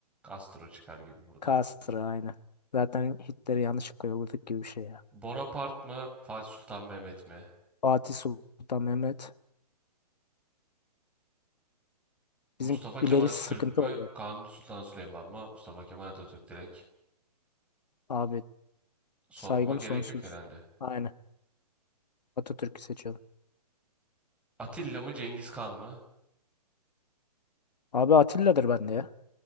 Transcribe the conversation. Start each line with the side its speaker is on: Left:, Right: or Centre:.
Centre: Castro çıkar gibi buradan.
Left: Castro aynı. Zaten Hitler'i yanlışlıkla yolladık gibi bir şey ya.
Centre: Bonaparte mı? Fatih Sultan Mehmet mi?
Left: Fatih Sultan Mehmet.
Centre: Mustafa
Left: Bizim ileri
Centre: Kemal Atatürk
Left: sıkıntı
Centre: mü?
Left: oldu.
Centre: Kanuni Sultan Süleyman mı? Mustafa Kemal Atatürk direkt.
Left: Abi
Centre: Sormama
Left: saygım
Centre: gerek
Left: sonsuz.
Centre: yok herhalde.
Left: Aynen. Atatürk'ü seçiyorum.
Centre: Atilla mı Cengiz Kan mı?
Left: Abi Atilla'dır bende ya.